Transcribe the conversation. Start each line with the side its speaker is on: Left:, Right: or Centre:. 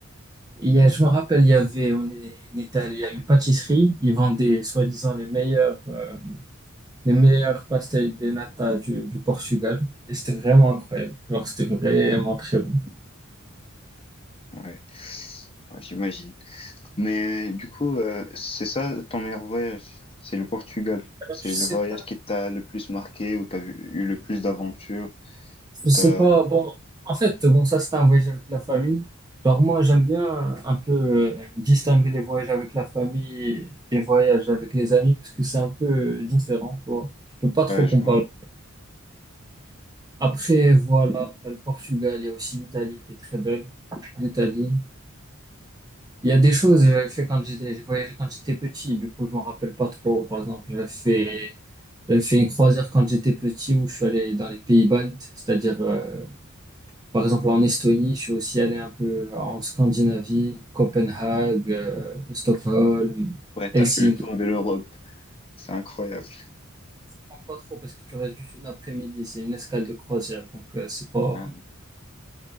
Right: Il y a, je me rappelle, il y avait, on est, on est allé à une pâtisserie. Ils vendaient, soi-disant, les meilleurs, euh, les meilleurs pastel de nata du, du Portugal. Et c'était vraiment incroyable. Alors, c'était vraiment très bon.
Left: Ouais, Ouais, j'imagine. Mais du coup, euh, c'est ça ton meilleur voyage? C'est le Portugal. C'est
Right: Je sais
Left: le voyage
Right: pas.
Left: qui t'a le plus marqué, où t'as vu- eu le plus d'aventures, où
Right: Je
Left: t'as,
Right: sais pas, bon, en fait, bon, ça c'est un voyage avec la famille. Genre moi, j'aime bien euh, un peu euh, distinguer les voyages avec la famille des voyages avec les amis parce que c'est un peu euh, différent, tu vois. Je peux pas trop
Left: ouais,
Right: comparer.
Left: je vois.
Right: Après, voilà, t'as le Portugal, il y a aussi l'Italie qui est très belle. L'Italie. Il y a des choses que j'avais fait quand j'étais, j'ai voyagé quand j'étais petit, du coup, je m'en rappelle pas trop. Par exemple, j'avais fait, j'avais fait une croisière quand j'étais petit où je suis allé dans les pays baltes, c'est-à-dire, euh, Par exemple, en Estonie, je suis aussi allé un peu en Scandinavie, Copenhague, euh, Stockholm,
Left: Ouais, t'as
Right: Helsinki.
Left: fait le tour de l'Europe. C'est incroyable.
Right: Je comprends Pas trop parce que tu restes juste une après-midi, c'est une escale de croisière, donc euh, c'est pas.
Left: Ouais.